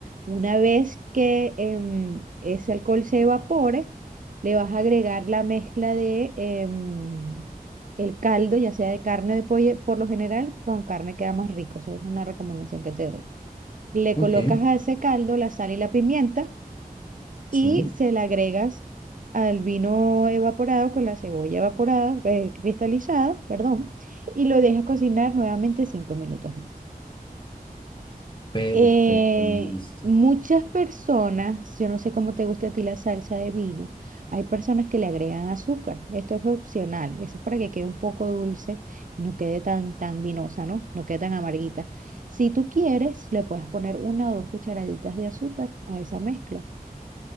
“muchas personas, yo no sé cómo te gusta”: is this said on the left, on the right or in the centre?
Right